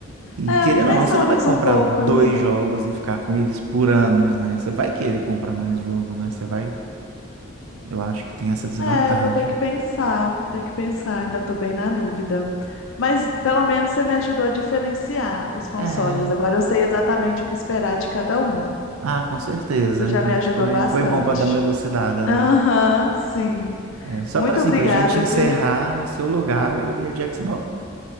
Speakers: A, on the right; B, on the left.
A: E
B: É,
A: querendo
B: eu vou pensar
A: ou não, você não
B: mais
A: vai comprar
B: um pouco,
A: dois
B: amigo.
A: jogos e ficar com eles por anos, né? Você vai querer comprar mais jogo, né? Você vai... Eu acho que tem essa desvantagem.
B: É, eu vou ter que pensar, vou ter que pensar, ainda tô bem na dúvida. Mas pelo menos você me ajudou a diferenciar os consoles.
A: É.
B: Agora eu sei exatamente o que esperar de cada um.
A: Ah, com certeza.
B: Isso já me ajudou
A: Foi,
B: bastante.
A: foi bom para dar uma elucidada,
B: Aham,
A: né?
B: sim.
A: É, só
B: Muito
A: para assim,
B: obrigada,
A: para gente encerrar
B: viu?
A: no seu lugar, eu iria de Xbox.